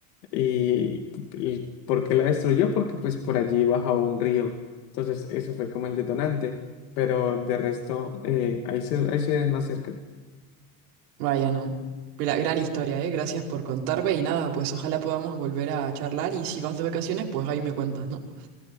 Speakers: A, on the left; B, on the right.
A: ¿Y, y por qué la destruyó? Porque pues por allí bajaba un río. Entonces eso fue como el detonante. Pero de resto, eh, ahí, se, ahí se ven más cerca.
B: vaya, ¿no? Gra- gran historia, ¿eh? Gracias por contarme y nada, pues ojalá podamos volver a charlar y si vas de vacaciones, pues ahí me cuentas, ¿no?